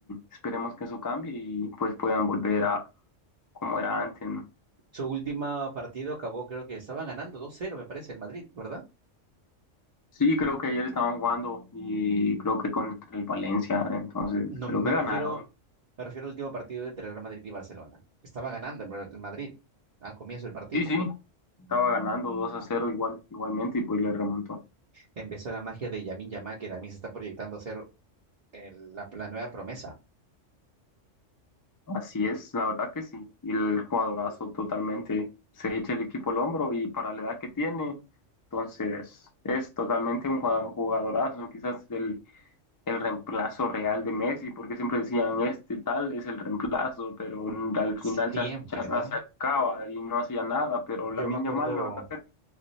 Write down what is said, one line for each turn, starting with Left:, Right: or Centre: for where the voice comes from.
Left: esperemos que eso cambie y pues puedan volver a como era antes, ¿no?
Right: Su último partido acabó, creo que estaba ganando 2-0, me parece, el Madrid, ¿verdad?
Left: Sí, creo que ayer estaban jugando y creo que contra el Valencia, entonces
Right: No,
Left: creo
Right: me
Left: que ganaron.
Right: refiero, me refiero al último partido entre Real Madrid y Barcelona. Estaba ganando el Bra- el Madrid al comienzo del partido.
Left: Sí, sí, estaba ganando 2 a cero igual, igualmente y pues le remontó.
Right: empezó la magia de Yamin Yamal, que también se está proyectando a ser el- la, la nueva promesa.
Left: Así es, la verdad que sí. Y el jugadorazo totalmente se echa el equipo al hombro y para la edad que tiene, entonces es totalmente un jugado- jugadorazo, quizás el, el reemplazo real de Messi, porque siempre decían este tal es el reemplazo, pero mm, al
Right: Siempre,
Left: final se, se-
Right: ¿no?
Left: se acaba y no hacía nada, pero
Right: Yo
Left: la Lamine
Right: me acuerdo,
Left: Yamal, la verdad,